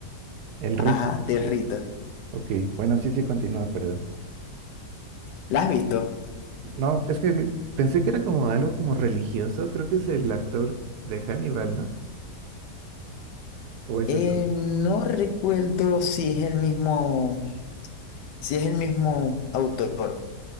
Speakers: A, on the right; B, on the left.
A: El
B: ajá,
A: ritmo.
B: territo.
A: Ok, bueno, sí, sí, continúa, perdón.
B: ¿La has visto?
A: No, es que pensé que era como algo como religioso, creo que es el actor de Hannibal, ¿no? ¿O es
B: Eh,
A: eso?
B: no recuerdo si es el mismo, si es el mismo autor,